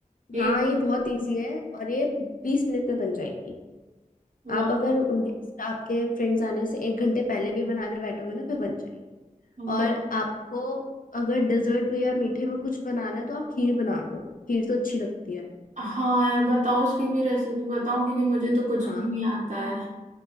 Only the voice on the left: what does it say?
हाँ ये बहुत इजी है और ये बीस मिनट में बन जाएगी
आप अगर उनके आपके फ्रेंड्स आने से एक घंटे पहले भी बनाने बैठोगे ना फिर बन जाएगी
और आपको अगर डेजर्ट या मीठे में कुछ बनाना है तो आप खीर बना लो खीर तो अच्छी लगती है
हाँ